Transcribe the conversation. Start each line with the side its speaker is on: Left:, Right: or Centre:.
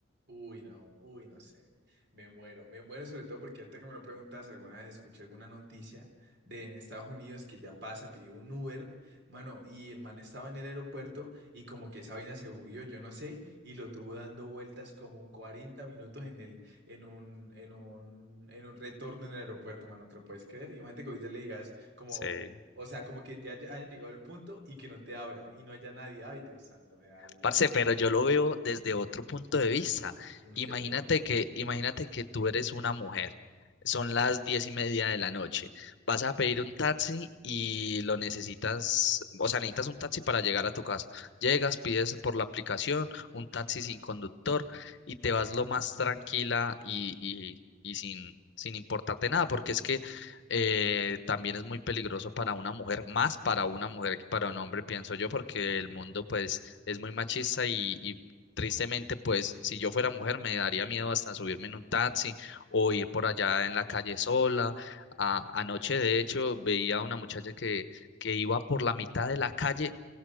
Right: Uy, no, uy, no sé. Me muero, me muero sobre todo porque ahorita que me lo preguntas, alguna vez escuché alguna noticia de en Estados Unidos que ya pasa, pidió un Uber, mano, y el man estaba en el aeropuerto y como que esa vaina se bugueó, yo no sé, y lo tuvo dando vueltas como 40 minutos en el, en un, en un, en un retorno en el aeropuerto, mano, ¿te lo puedes creer? Imagínate que hoy ya le digas como,
Left: Sí.
Right: o sea, como que ya ya hayan llegado al punto y que no te abra y no haya nadie. Ay, Dios santo, me da algo,
Left: Parce,
Right: weón.
Left: pero yo lo veo desde otro punto de vista.
Right: Ok,
Left: Imagínate
Right: ok, ok.
Left: que, imagínate que tú eres una mujer. Son las diez y media de la noche. Vas a pedir un taxi y lo necesitas, o sea, necesitas un taxi para llegar a tu casa. Llegas, pides por la aplicación un taxi sin conductor y te vas lo más tranquila y, y, y sin, sin importarte nada, porque es que eh, también es muy peligroso para una mujer, más para una
Right: Sí.
Left: mujer que
Right: Literalmente.
Left: para un hombre, pienso yo, porque el mundo pues es muy machista y, y tristemente, pues si yo fuera mujer me daría miedo hasta subirme en un taxi o ir por allá en la calle sola.
Right: Ujú.
Left: A- anoche, de hecho, veía a una muchacha que, que iba por la mitad de la calle